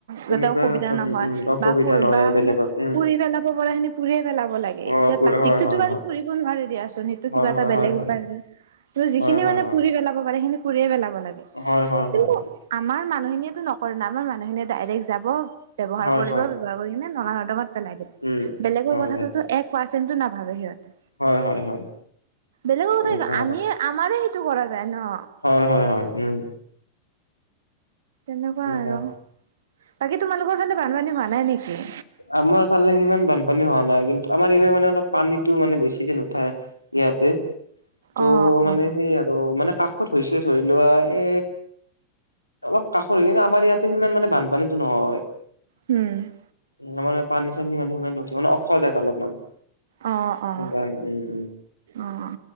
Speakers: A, on the left; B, on the right.
A: তেনেকুৱা
B: যাতে অসুবিধা
A: ক্ষেত্ৰত
B: নহয়
A: উম উম অসুবিধা
B: বা প
A: নহয়
B: বা
A: আৰু বেলেগত
B: মানে
A: উম
B: পুৰি পেলাব পাৰি পুৰিয়ে পেলাব লাগে
A: অ
B: এতিয়া প্লাষ্টিক
A: হয়
B: টো
A: হয়
B: পুৰি নোৱাৰে দিয়াচোন সেইটো
A: হয়
B: কিবা এটা
A: হয়
B: বেলেগ
A: হয় হয়
B: উপায় হয় যিখিনি
A: হয় হয়
B: মানে পুৰি পেলাব পাৰে সেইখিনি পুৰিয়ে পেলাব লাগে
A: হয় হয়
B: কিন্তু
A: হয়
B: আমাৰ মানুহখিনিয়েতো নকৰে ন আমাৰ মানুহখিনিয়ে ডাইৰেক্ট যাব ব্যৱহাৰ
A: হয়
B: কৰিব
A: হয়
B: ব্যৱহাৰ কৰি কিনে নলা নৰ্দমাত পেলাই দিব
A: উম
B: বেলেগৰ
A: হয়
B: কথাটোতো
A: সেইটো
B: এক পাৰ্চেন্টু নাভাবে সিহঁতে
A: হয় হয় হয়
B: বেলেগৰ
A: তেনেকুৱা
B: কথা আমিয়ে আমাৰে সেইটো কৰা যায় ন
A: হয় হয় হয় উম
B: তেনেকুৱা আৰু
A: হয়।
B: বাকী তোমালোকৰ ফালে বানপানী হোৱা নাই নেকি
A: আমাৰ ফালে সিমান বানপানী হোৱা নাই কিন্তু আমাৰ এই মানে অলপ পানীতটো মানে বেছিকে নুঠায় ইয়াতে ত'
B: অ অ
A: মানে সেই আৰু মানে কাষত হৈছে ধৰি লোৱা এ অলপ কাষৰে আমাৰ ইয়াতে সিমান মানে বানপানীতো নহয়
B: উম
A: উম্ আমাৰ ইয়াত পানী চানী মানে নোসোমাই মানে অলপ উখ জেগা অলপমান
B: অঁ অঁ
A: সেইকাৰণে উম উম
B: অঁ